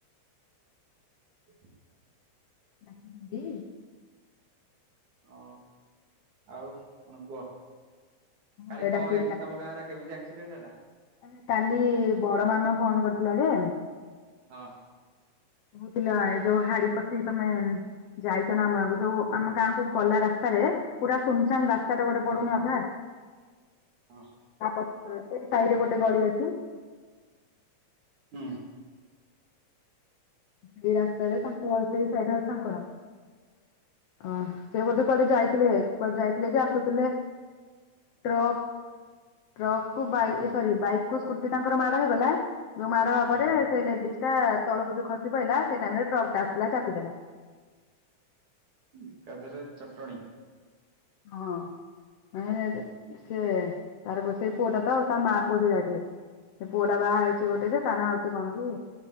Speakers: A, on the right; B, on the left.
A: <inaudible>
B: ରଖିଦେବି।
A: ହଁ ଆଉ କଣ କୁହ କାଲି
B: ଘରେ
A: କଣ
B: ଡାକି
A: ହେଇଛି ତମ ଗାଁରେ? କେମିତି ଆକ୍ସିଡେଣ୍ଟ ହେଲା?
B: ଆ କାଲି ବଡ ମାମା ଫୋନ କରିଥିଲା ଯେ
A: ହଁ।
B: ହଉଥିଲା ଏ ଯୋଉ ହାଡି ପଶି ତମେ ଯାଇଛ ନା ଆମ ଗାଁକୁ ଯୋଉ ଆମ ଗାଁ କୁ ଗଲା ରାସ୍ତାରେ ପୁରା ସୁନସାନ୍ ରାସ୍ତାଟେ ଗୋଟେ
A: ହଁ
B: ପଡୁନି ଅଧା
A: ହଁ
B: ତାପ ସେଇ ସାହିରେ ଗୋଟେ ଗଳି ଅଛି।
A: ହୁଁ।
B: ସେଇ ରାସ୍ତାରେ ତାଙ୍କ ସେଇ ସାଇଟା ହଉଚି ତାଙ୍କର। ଆ ସେ ବୋଧେ କୁଆଡେ ଯାଇଥିଲେ କୁଆଡେ ଯାଇଥିଲେ ଯେ ଆସୁଥିଲେ। ଟ୍ରକ୍ ଟ୍ରକ୍ କୁ ବାଇ ସରି ବାଇକ୍ କୁ ସ୍କୁଟି ତାଙ୍କର ମାଡ ହେଇଗଲା। ଯୋଉ ମାଡ ହବା
A: ହଁ
B: ପରେ ସେ ଲେଡିଜ ଟା ତଳକୁ ଯୋଉ ଖସି ପଇଲା ସେଇ ଟାଇମରେ ଟ୍ରକଟା ଆସୁଥିଲା ଚାପିଦେଲା।
A: ଏକାଥରେ ଚଟଣୀ।
B: ହଁ ମାନେ ଜେ ସେ ତାର ଗୋ ସେଇ ପୁଅଟା ତ ଆଉ ତା ମା ପୁଅ ଯୋଉ ଯାଇଥିଲେ। ସେ ପୁଅଟା ବାହା ହେଇଛି ଗୋଟେ ଯେ ତାନା ହଉଛି କଣ କି